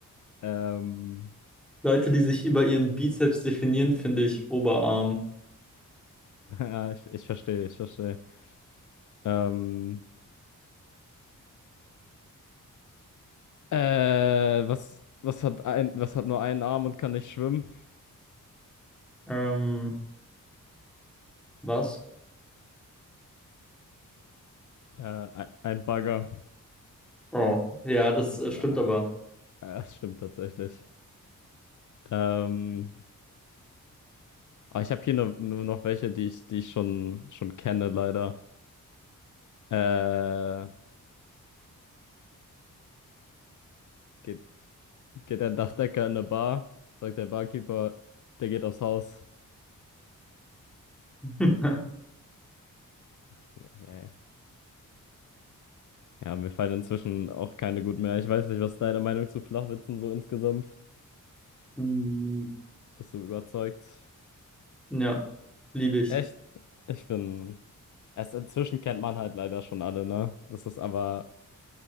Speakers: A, on the left; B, in the centre.
A: Ähm,
B: Leute, die sich über ihren Bizeps definieren, finde ich Oberarm.
A: <laughs> ja, ich, ich verstehe, ich verstehe. Ähm, äh, was, was hat ein, was hat nur einen Arm und kann nicht schwimmen?
B: Ähm, was?
A: Äh, ein ein Bagger.
B: Oh, ja, das äh, stimmt
A: Ah,
B: aber.
A: das stimmt tatsächlich. Ähm, Aber ich habe hier nur, nur noch welche, die ich, die ich schon, schon kenne, leider. Äh, geht, geht ein Dachdecker in eine Bar, sagt der Barkeeper, der geht aufs Haus.
B: <laughs>
A: Eieiei. Ja, ja. Ja, mir fallen inzwischen auch keine gut mehr. Ich weiß nicht, was ist deine Meinung zu Flachwitzen so insgesamt?
B: Mm,
A: Bist du überzeugt?
B: Ja, liebe ich.
A: Echt? Ich bin. Erst inzwischen kennt man halt leider schon alle, ne? Das ist aber.